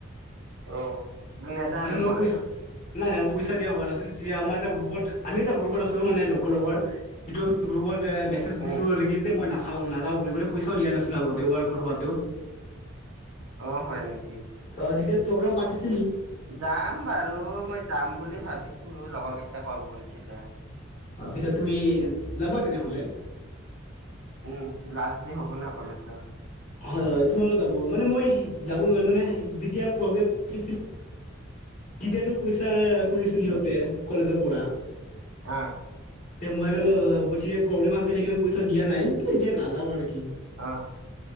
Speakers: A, on the right; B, on the left.
A: উ তুমি নেযোৱা
B: মানে
A: নেকি
B: মই
A: কলেজত?
B: পইচ নাই নাই পইচা দিয়া হোৱা নাছিল। যে আমাৰ এটা গ্ৰুপত আমি এটা গ্ৰুপত আছো। মানে লকেল <unintelligible> যিটো আমি গ্ৰুপত মেছেজ দিছো
A: উম
B: আৰু কি যে মই ন যাওঁ নাযাও বুলি মানে পইচাও দিয়া নাছিলো আগতে ৱাৰ্কৰ হোৱাটো।
A: অ হয় নেক
B: অ যেতিয়া প্ৰগ্ৰাম পাতিছে
A: যাম বাৰু। মই যাম বুলি ভাবিছো, লগৰ কেইটা কল কৰিছিলে।
B: অ পিছত তুমি যাবা তেনেহলে।
A: উম লাষ্ট দে হ'ব না কলেজৰ।
B: হয়, হয়। তোমাল যাব মানে মই যাব নোৱাৰিম মানে যেতিয়া প্ৰ তিতিয়াটো পইচা খুজিছিল সিহঁতে কলেজৰ পৰা।
A: আ।
B: তে মই আৰু প্ৰব্লেম আছে নেকি কাৰণে পইচা দিয়া নাই। কি এতিয়া নাযাওঁ আৰু কি।
A: অ',